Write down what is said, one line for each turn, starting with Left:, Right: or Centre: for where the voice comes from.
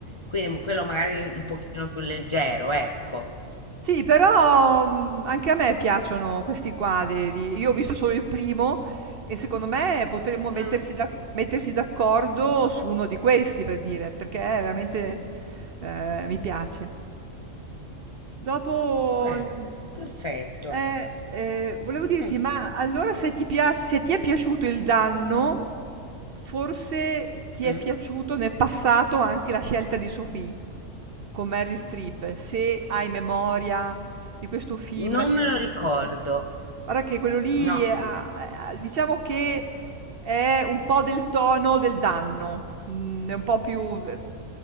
Left: Quindi mo- quello magari un pochino più leggero, ecco.
Right: Sì, però, mhmm, anche a me piacciono questi quadri lì. Io ho visto solo il primo e secondo me potremmo metterci
Left: Mm,
Right: d'ac metterci d'accordo su uno di questi, per dire, perché veramente, ehm, mi piace. Dopo,
Left: beh,
Right: mhmm,
Left: perfetto.
Right: eh, ehm, volevo dirti,
Left: Mm,
Right: ma allora se ti pia se ti è piaciuto il danno, forse ti
Left: mm.
Right: è piaciuto nel passato anche la scelta di Sophie, con Meryl Streep. Se hai memoria di questo film,
Left: Non
Right: la scelta
Left: me lo ricordo,
Right: di Sophie. Guarda che quello lì,
Left: no,
Right: ehm, ha ha diciamo che è un po' del tono del danno, mhmm, è un po' più v